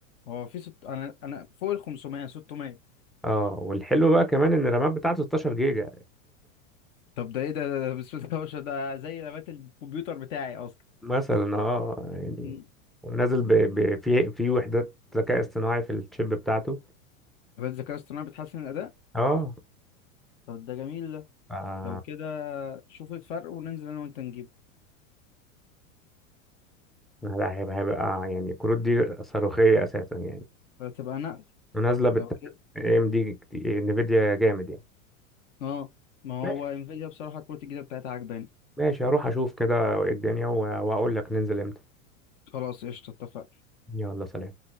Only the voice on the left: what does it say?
هو في ست... انا انا فوق ال 500 600
طب ده ايه ده ده, ده بسم الله ما شاء الله ده زي لابات الكمبيوتر بتاعي اصلا
مم.
لابات الذكاء الاصطناعي بتحسن الاداء
طب ده جميل ده
لو كده شوف الفرق وننزل انا وانت نجيبه
فتبقى نقل
لو كده
اه ما هو
انفيديا بصراحة كروت الجديدة بتاعتها عجباني
خلاص قشطة اتفقنا